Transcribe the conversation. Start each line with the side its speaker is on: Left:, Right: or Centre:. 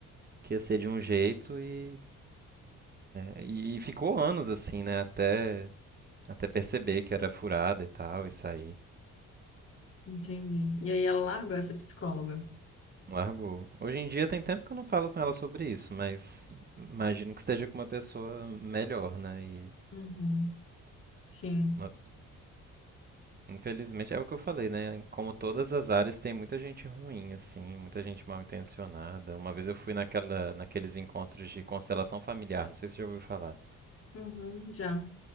Right: que ia ser de um jeito e, é, e ficou anos assim, né? Até, até perceber que era furada e tal, e sair.
Left: Entendi. E aí ela largou essa psicóloga.
Right: Largou. Hoje em dia tem tempo que eu não falo com ela sobre isso, mas imagino que esteja com uma pessoa melhor, né? E
Left: Uhum. Sim.
Right: uma Infelizmente é o que eu falei, né? Como todas as áreas tem muita gente ruim, assim, muita gente mal intencionada. Uma vez eu fui naquela, naqueles encontros de constelação familiar, não sei se você já ouviu falar.
Left: Uhum. Já.